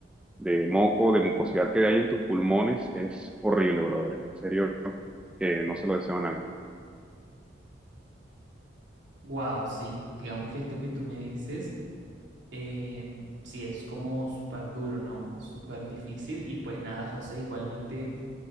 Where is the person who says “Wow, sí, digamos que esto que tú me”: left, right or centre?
Right